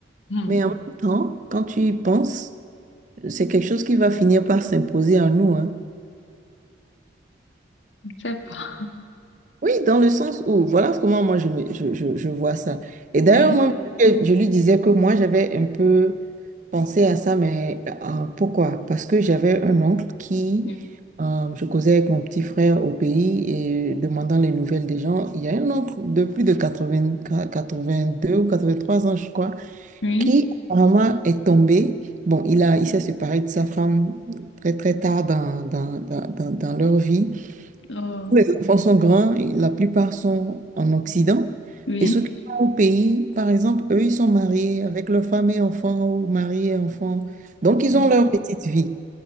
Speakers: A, on the left (about 85°); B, on the right (about 40°).
A: Hmm.
B: Mais en même temps, quand tu y penses, c'est quelque chose qui va finir par s'imposer à nous, hein.
A: Je sais pas.
B: Oui, dans le sens où, voilà comment moi je, me- je, je, je vois ça. Et d'ailleurs,
A: Oui,
B: moi, je je lui disais que moi, j'avais un peu pensé à ça, mais euh, pourquoi? Parce que j'avais un oncle qui,
A: oui,
B: euh, je causais avec mon petit frère au pays et demandant les nouvelles des gens. Il y a un oncle de plus de quatre quatre vingt deux ou 83 ans, je crois,
A: oui,
B: qui apparemment est tombé. Bon, il a, il s'est séparé de sa femme très très tard dans, dans, dans, dans- dans leur vie.
A: oh,
B: Tous les enfants sont grands, et la plupart sont en Occident.
A: oui,
B: Et ceux qui sont au pays, par exemple, eux, ils sont mariés avec leur femme et enfants ou mariés et enfants. Donc, ils
A: oui,
B: ont leur petite vie.